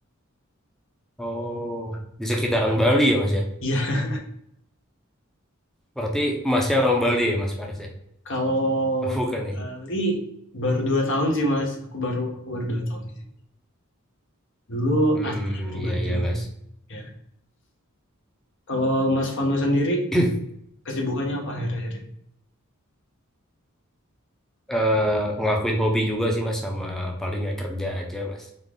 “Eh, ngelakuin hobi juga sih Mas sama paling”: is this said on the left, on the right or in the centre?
Centre